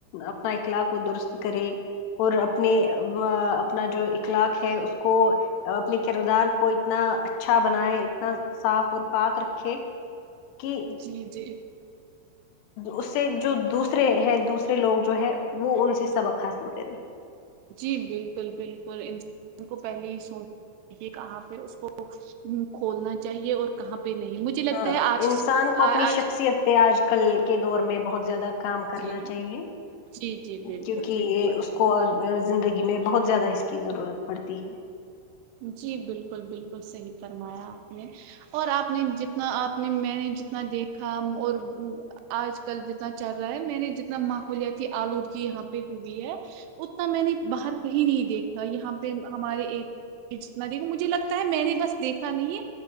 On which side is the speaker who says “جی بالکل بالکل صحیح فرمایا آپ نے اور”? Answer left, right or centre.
Right